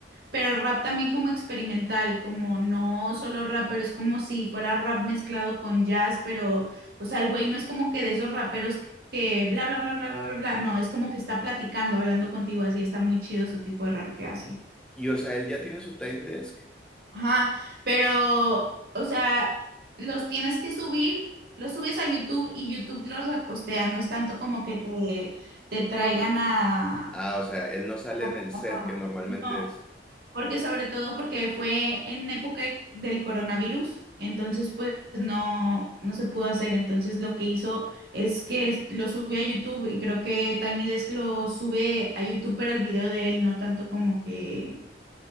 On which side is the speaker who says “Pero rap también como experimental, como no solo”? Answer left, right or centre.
Right